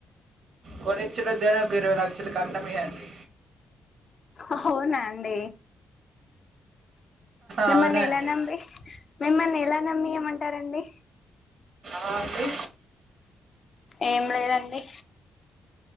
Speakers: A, on the right (about 70°); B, on the left (about 45°).
A: కొనిచ్చుడు వద్దు కానీ ఒక ఇరవై లక్షలు కట్నమియండి
B: అవునాండి మిమ్మల్ని
A: అవునండి
B: ఎలా నమ్మి మిమ్మల్ని ఎలా నమ్మియామంటారండి
A: ఆ అండి
B: ఏం లేదండి